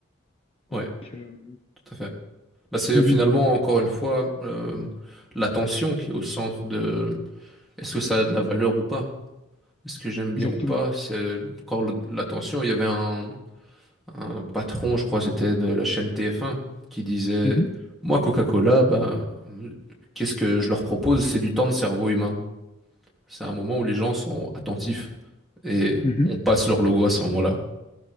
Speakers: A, in the centre; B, on the left.
A: ouais,
B: Donc, euh,
A: tout à fait. Bah, c'est
B: mhm,
A: finalement encore une fois euh, l'attention qui est au centre de Est-ce que ça a de la valeur ou pas? Est-ce que j'aime bien
B: exactement.
A: ou pas? C'est encore le- l'attention. Il y avait un, un patron, je crois, c'était de la chaîne TF1, qui disait,
B: Mhm,
A: moi, Coca-Cola, ben, euh, qu'est-ce que je leur propose? C'est du temps de cerveau humain. C'est un moment où les gens sont attentifs et
B: mhm,
A: on passe leur logo à ce moment-là.